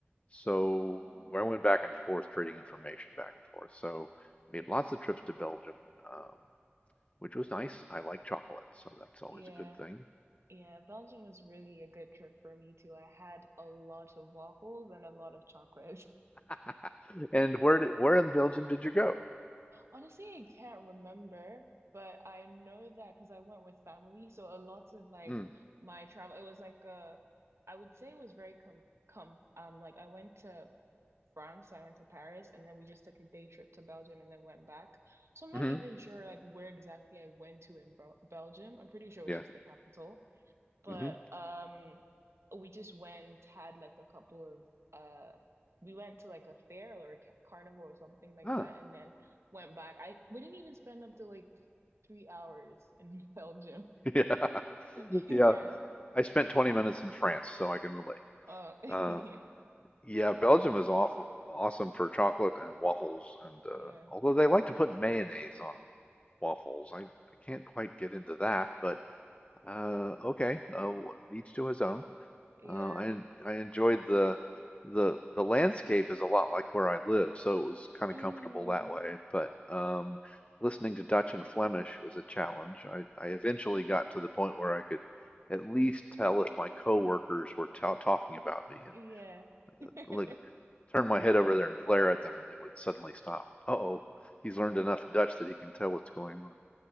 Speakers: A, on the left (about 30°); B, on the right (about 85°).
A: So
B: Oh,
A: I went back and forth trading information back and forth. So I made lots of trips to Belgium, um, which was nice. I like chocolate, so that's always
B: yeah.
A: a good thing.
B: Yeah, Belgium was really a good trip for me too. I had a lot of waffles and a lot of chocolate.
A: <laughs> And where did where in Belgium did you go?
B: <laughs> Honestly, I can't remember, but I know that because I went with family. So a lot of like
A: Mm,
B: my travel, it was like a, I would say it was very com com um like I went to France, I went to Paris, and then we just took a day trip to Belgium and then went back. So I'm not
A: hmm
B: even sure like where exactly I went to in Bel Belgium. I'm pretty sure it
A: yeah,
B: was just the capital. But
A: hmm
B: um we just went, had like a couple of uh we went to like a fair or a ca- carnival or something like
A: ah,
B: that and then went back. I we didn't even spend up to like three hours in <laughs> Belgium.
A: <laughs> yeah,
B: <laughs>
A: yeah.
B: Yeah.
A: I spent 20 minutes in France, so I can relate.
B: Oh, <laughs>
A: Um,
B: yeah.
A: Yeah, Belgium is awful, awesome for chocolate and waffles, and uh,
B: Yeah. Yeah.
A: although they like to put mayonnaise on waffles, I, I can't quite get into that. But uh, okay, uh, wh- each to his own.
B: Yeah.
A: Uh, I en- I enjoyed the the the landscape is a lot like where I live, so it was kind of
B: Mm.
A: comfortable that way. But um, listening to Dutch and Flemish was a challenge. I I eventually got to the point where I could at least tell if my coworkers were ta talking about me and.
B: Yeah. <laughs>
A: like turn my head over there and glare at them, and they would suddenly stop. Uh-oh, he's learned enough Dutch that he can tell what's going on.